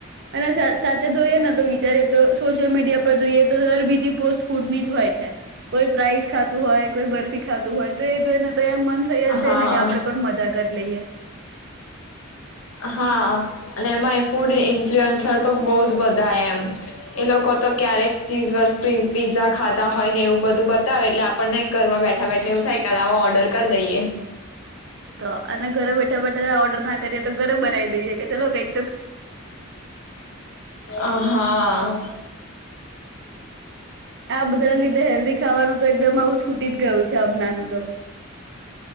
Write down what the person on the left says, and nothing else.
હા
હા અને એમાં એ ફૂડ ઇન્ફ્લુઅન્સર તો બહુ જ બધા એમ. એ લોકો તો ક્યારેક ચીઝ સ્પિ પીઝા ખાતા હોય ને એવું બધું બતાવે, એટલે આપણને ઘરમાં બેઠા બેઠા એવું થાય કે લાવો ઓર્ડર કરી દઈએ.
અ હા